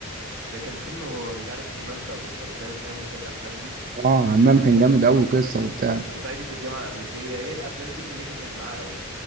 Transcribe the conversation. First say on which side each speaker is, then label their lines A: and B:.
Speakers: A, on the right (about 55°); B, on the right (about 35°).
A: زي كان فيلم هو مش عارف همام في امستردام فاهم انت الافلام دي
B: اه همام كان
A: يعني
B: جامد قوي وقصه وبتاع
A: وصعيدي في الجامعه الامريكيه هي الافلام دي اللي نجحت معاه قوي